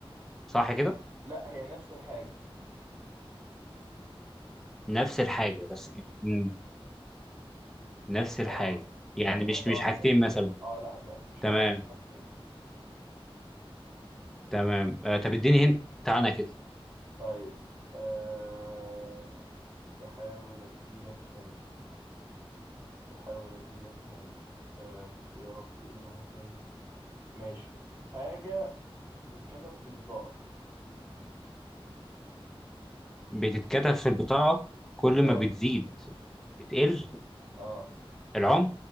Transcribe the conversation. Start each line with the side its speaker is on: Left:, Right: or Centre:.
Centre: صح كده؟
Right: لا هي نفس الحاجة
Centre: نفس الحاجة بس مم. نفس الحاجة
Right: اه يعني
Centre: يعني
Right: هي
Centre: مش
Right: حاجة
Centre: مش
Right: واحدة
Centre: حاجتين مثلا
Right: اه لا م- مش
Centre: تمام
Right: علاقة بالحاجتين
Centre: تمام آه طب اديني هنت عنها كده
Right: طيب آه بحاول اديلك هن بحاول اديلك هن آه يا ربي ايه اللي ممكن ماشي حاجة بتتكتب في البطاقة
Centre: بتتكتب في البطاقة كل
Right: اه
Centre: ما بتزيد بتقل
Right: اه
Centre: العمر